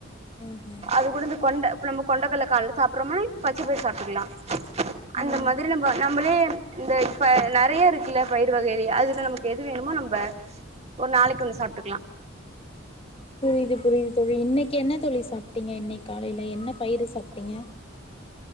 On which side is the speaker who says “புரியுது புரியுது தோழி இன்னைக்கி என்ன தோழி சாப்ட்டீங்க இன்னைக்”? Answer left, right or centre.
Left